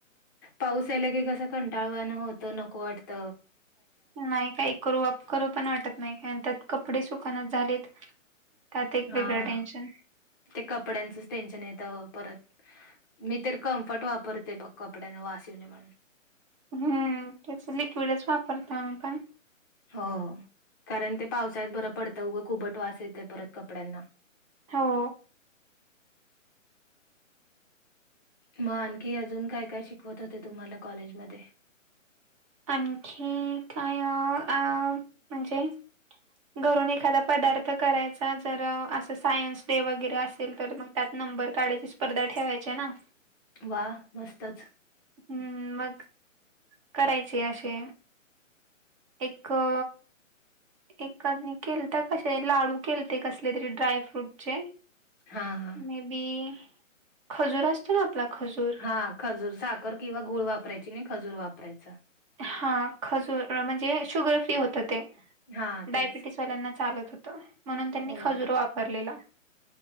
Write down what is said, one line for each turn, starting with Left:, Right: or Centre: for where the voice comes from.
Left: पाऊस आला की कस कंटाळवान होत. नको वाटत.
Right: नाही काही करू आप करू पण वाटत नाही. काय अन त्यात कपडे सुकानात झालेत. त्यात एक
Left: हा
Right: वेगळ टेन्शन
Left: ते कपड्यांचच टेन्शन येत हो परत. मी तर कम्फर्ट वापरते बघ, कपड्यांना वास येऊ नये म्हणून.
Right: हम्म, त्याच लिक्विडच वापरता का?
Left: हो कारण ते पावसाळ्यात बरं पडतं उघं खुबट वास येतंय परत कपड्यांना,
Right: हो.
Left: म आणखी अजून काय काय शिकवत होते तुम्हाला कॉलेजमध्ये?
Right: आणखी काय अ म्हणजे, घरून एखादा पदार्थ करायचा जर असं सायन्स डे वगैरे असेल तर मग. त्यात नंबर काढायची स्पर्धा ठेवायचे ना.
Left: वा मस्तच.
Right: हम्म मग. करायचे असे एक अ, एकाने केलता कसे लाडू केलते कसले तरी ड्रायफ्रूट चे
Left: हा हा
Right: मे बी खजूर असतो ना आपला खजूर
Left: हा खजूर साखर किंवा गुळ वापरायची नी खजूर वापरायचा.
Right: हा खजूर म्हणजे शुगर फ्री होत ते
Left: हां, तेच.
Right: डायबिटीज वाल्याना चालत होत म्हणून त्यांनी
Left: हो.
Right: खजुर वापरलेला.